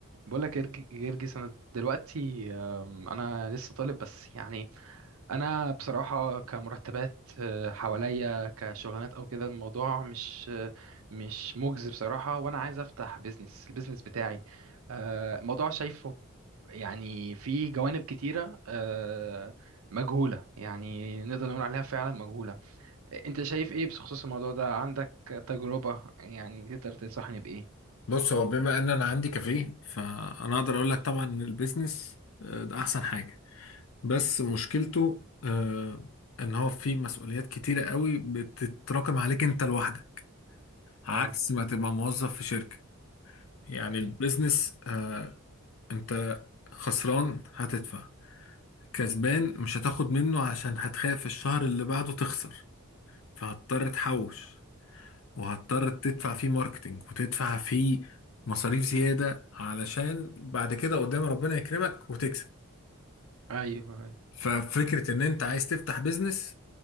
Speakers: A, on the right (about 75°); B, on the left (about 65°).
A: بقول لك جرجس انا دلوقتي أم، انا لسه طالب بس يعني انا بصراحه كمرتبات أه، حواليا كشغلانات او كده الموضوع مش أه، مش مجزي بصراحه وانا عايز افتح بيزنس البيزنس بتاعي أه، الموضوع شايفه يعني في جوانب كتيره أه، مجهوله يعني نقدر نقول عليها فعلا مجهوله انت شايف ايه بخصوص الموضوع ده عندك تجربه يعني تقدر تنصحني بايه
B: بص هو بما ان انا عندي كافيه فانا اقدر اقول لك طبعا ان البيزنس آه، ده احسن حاجه بس مشكلته آه، ان هو فيه مسؤوليات كتيره قوي بتتراكم عليك انت لوحدك عكس
A: اه
B: ما تبقى موظف في شركه يعني البيزنس
A: مم.
B: آه، انت خسران هتدفع كسبان مش هتاخد منه عشان هتخاف الشهر اللي بعده تخسر فهتضطر تحوش وهتضطر
A: مم.
B: تدفع فيه ماركتينج وتدفع فيه مصاريف زيادة علشان بعد كده قدام ربنا يكرمك وتكسب
A: ايوه أيوه.
B: ففكرة ان انت عايز تفتح بيزنس